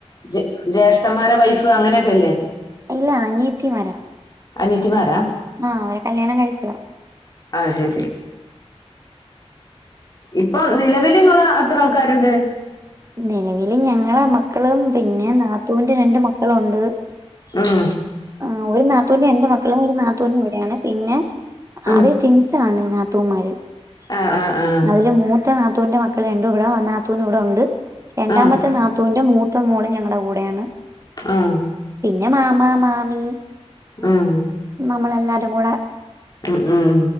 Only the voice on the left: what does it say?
ജ ജ്യേഷ്ഠന്മാരെ വൈഫ് അങ്ങനെയൊക്കെല്ലേ
അനിയത്തിമാരാ
അഹ് ശെരി ഇപ്പൊ നിലവല് എത്ര ആൾക്കാരുണ്ട്
ആഹ്
ഉം
ആഹ് ആഹ് ആഹ്
ആഹ് ആഹ്
ആഹ്
ഉം
ഉം ഉം ഉം